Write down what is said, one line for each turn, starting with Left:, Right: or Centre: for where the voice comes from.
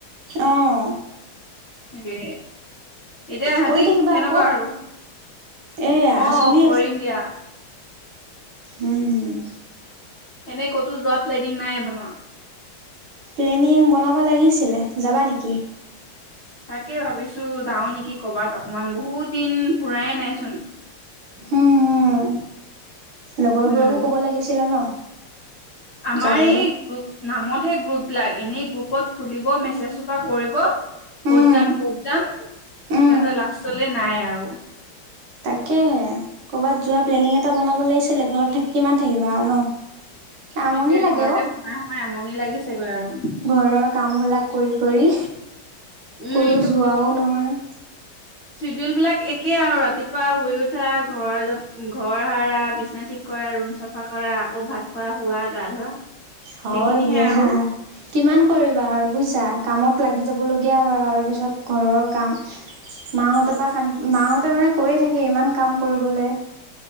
Right: অহ
Left: তাকে। এতিয়া আজি
Right: কৰি থাকিবা
Left: কেনেকুৱা
Right: আকৌ
Left: আৰু,
Right: এয়া
Left: অ'
Right: চলি
Left: কৰিম দিয়া।
Right: উম্, উম্।
Left: এনেই কতো যোৱা প্লেনিং নাই বনোৱা।
Right: প্লেনিং বনাব লাগিছিলে, যাবা নেকি?
Left: তাকেই ভাবিছোঁ, যাওঁ নেকি কৰ'বাত। অকমান, বহুত দিন ফুৰায়ে নাইচোন।
Right: উম্, উম্, লগৰবোৰকো
Left: উম
Right: ক'ব লাগিছিলে ন'!
Left: আমাৰ
Right: যাবলৈ
Left: এই গ্ৰুপ নামতহে গ্ৰুপবিলাক, এনেই গ্ৰুপ খুলিব, মেছেজ সোপা কৰিব। ক'ত
Right: উম
Left: যাম, ক'ত যাম। তাৰপিছত
Right: উম
Left: লাষ্টলৈ নাই আৰু।
Right: তাকেহে, ক'ৰবাত যোৱা প্লেনিং এটা বনাব লাগিছিলে। ঘৰত থা কিমান থাকিবা আৰু ন'! আমনি
Left: সেইটোয়ে,
Right: লাগে
Left: ঘৰতে
Right: অ
Left: সোমাই সোমাই আমনি লাগিছেগৈ আৰু।
Right: ঘৰৰ কামবিলাক কৰি কৰি,
Left: উম
Right: কলৈয়ো যোৱাই নহয়। <unintelligible>
Left: চিডোৱেল বিলাক একেই আৰু, ৰাতিপুৱা শুই উঠা, ঘৰ ঘৰ সাৰা, বিছনা ঠিক কৰা, ৰুম চাফা কৰা। আকৌ ভাত খোৱা, শুৱা, গা ধোৱা।
Right: হয়
Left: সেইখিনিহে
Right: দিয়া।
Left: আৰু
Right: কিমান কৰিবা আৰু বুজিছা। কামত লাগি যাব লগিয়া হয়, তাৰ পিছত ঘৰৰ কাম মাহঁতৰ পৰা শান্ত, মা হতে মানে কৈয়ে থাকে। ইমান কাম কৰিবলে।